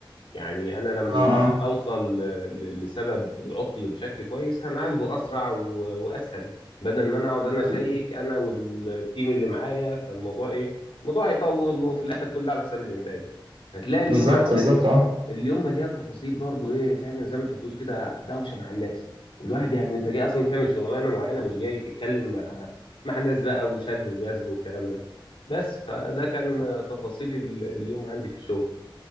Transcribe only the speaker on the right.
اه اه
بال-
بالظبط
بالظبط اه